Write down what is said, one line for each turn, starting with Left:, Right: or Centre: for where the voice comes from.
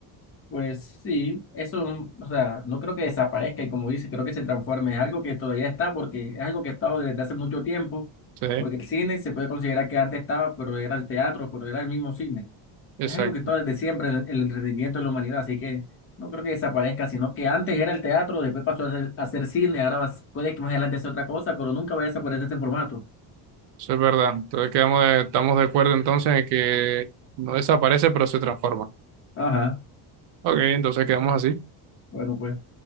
Left: Pues sí, eso, o sea, no creo que desaparezca y como dice, creo que se transforme. Es algo que todavía está porque es algo que ha estado desde hace mucho tiempo,
Right: Sí,
Left: porque el cine se puede considerar que antes estaba, pero era el teatro, pero era el mismo cine.
Right: exacto,
Left: Es algo que está desde siempre, el, el entretenimiento de la humanidad, así que no creo que desaparezca, sino que antes era el teatro, después pasó a ser, a ser cine, ahora vas- puede que más adelante sea otra cosa, pero nunca va a desaparecer este formato.
Right: eso es verdad. Entonces, quedamos de- estamos de acuerdo entonces en que no desaparece, pero se transforma.
Left: Ajá,
Right: Ok, entonces quedamos así.
Left: bueno, pues.